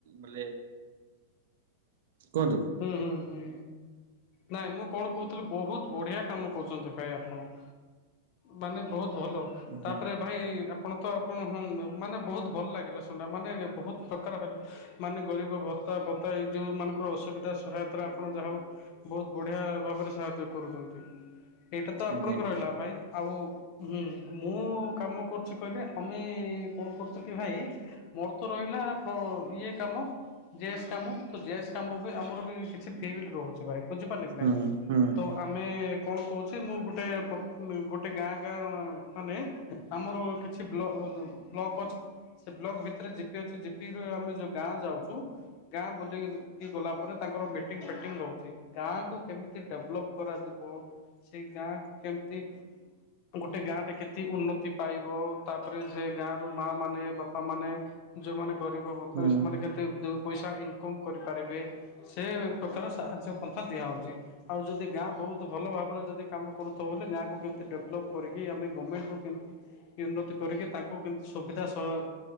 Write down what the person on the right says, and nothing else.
ବୋଲେ କୁହନ୍ତୁ
ଆଜ୍ଞା
ଆଜ୍ଞା
ହୁଁ ହୁଁ
ହୁଁ